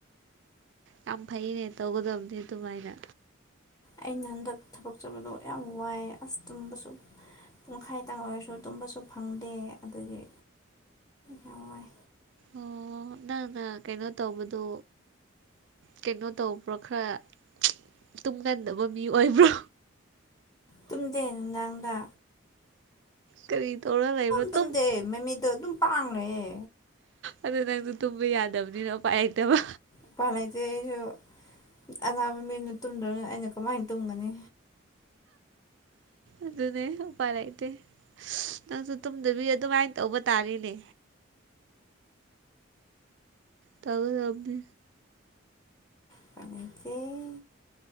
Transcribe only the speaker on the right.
ꯌꯥꯝ ꯐꯩꯅꯦ ꯇꯧꯒꯗꯕꯅꯤ ꯑꯗꯨꯃꯥꯏꯅ
ꯑꯣ ꯅꯪꯅ ꯀꯩꯅꯣ ꯇꯧꯕꯗꯣ ꯀꯩꯅꯣ ꯇꯧꯕ꯭ꯔꯣ ꯈꯔ ꯇꯨꯝꯒꯟꯗꯕ ꯃꯤ ꯑꯣꯏꯕ꯭ꯔꯣ
ꯀꯔꯤ ꯇꯧꯔꯒ ꯂꯩꯕ꯭ꯔꯥ
ꯇꯨꯝ
ꯑꯗꯨ ꯅꯪꯁꯨ ꯇꯨꯝꯕ ꯌꯥꯗꯕꯅꯤꯅ ꯎꯄꯥꯥꯏ ꯂꯩꯇꯕ
ꯑꯗꯨꯅꯦ ꯎꯄꯥꯏ ꯂꯩꯇꯦ ꯅꯪꯁꯨ ꯇꯨꯝꯗꯕꯤ ꯑꯗꯨꯃꯥꯏꯅ ꯇꯧꯕ ꯇꯥꯔ‌ꯦꯅꯦ ꯇꯧꯒꯗꯕꯅꯤ